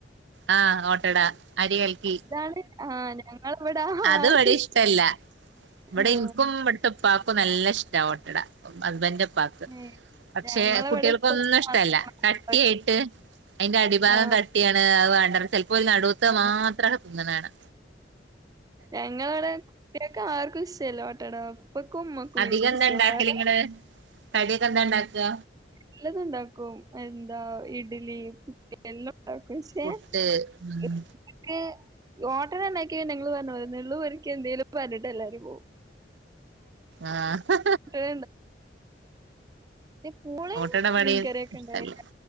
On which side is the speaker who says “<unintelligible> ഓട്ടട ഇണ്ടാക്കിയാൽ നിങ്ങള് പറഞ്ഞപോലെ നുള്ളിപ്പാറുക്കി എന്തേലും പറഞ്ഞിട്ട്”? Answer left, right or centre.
Right